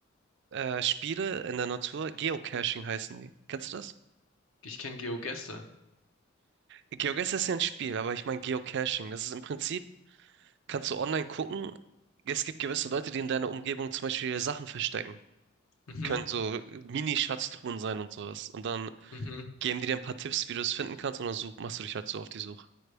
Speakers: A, on the right; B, on the left.
A: äh, Spiele in der Natur, Geocaching heißen die. Kennst du das?
B: ich kenne Geogesser.
A: GeoGuessr ist ja ein Spiel, aber ich meine Geocaching. Das ist im Prinzip, kannst du online gucken, es gibt gewisse Leute, die in deiner Umgebung zum Beispiel Sachen verstecken.
B: Mhm,
A: Können so Mini-Schatztruhen sein und sowas. Und dann
B: mhm.
A: Geben die dir ein paar Tipps, wie du es finden kannst, und dann such, machst du dich halt so auf die Suche.